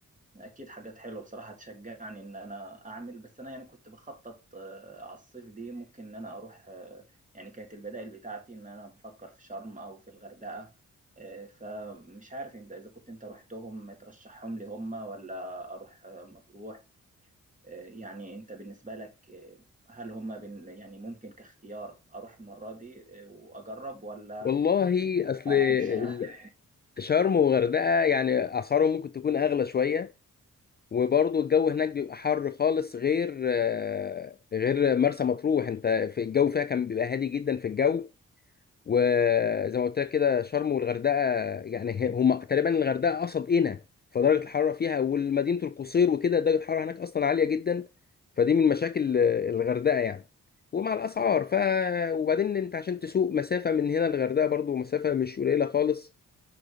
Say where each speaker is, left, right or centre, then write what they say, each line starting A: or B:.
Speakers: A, on the right; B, on the left.
A: أكيد حاجات حلوة بصراحة تشجعني إن أنا أعمل بس أنا يعني كنت بخطط آه، على الصيف دي ممكن إن أنا أروح آه، يعني كانت البدائل بتاعتي إن أنا بفكر في شرم أو في الغردقة آه، فمش عارف أنت إذا كنت أنت رحتهم ترشحهم لي هم ولا أروح آه، مطروح يعني انت بالنسبه لك هل هم بن يعني ممكن كاختيار اروح المره دي واجرب ولا
B: والله اصل ال-
A: ترشح لي
B: شرم وغردقه يعني اسعارهم ممكن تكون اغلى شويه وبرضه الجو هناك بيبقى حر خالص غير آه، غير مرسى مطروح انت في الجو فيها كان بيبقى هادي جدا في الجو وزي ما قلت لك كده شرم والغردقه يعني هي- هم تقريبا الغردقه قصد قنا فدرجه الحراره فيها والمدينه القصير وكده درجه الحراره هناك اصلا عاليه جدا فدي من مشاكل آه، الغردقه يعني ومع الاسعار ف وبعدين انت عشان تسوق مسافه من هنا للغردقه برضو مسافه مش قليله خالص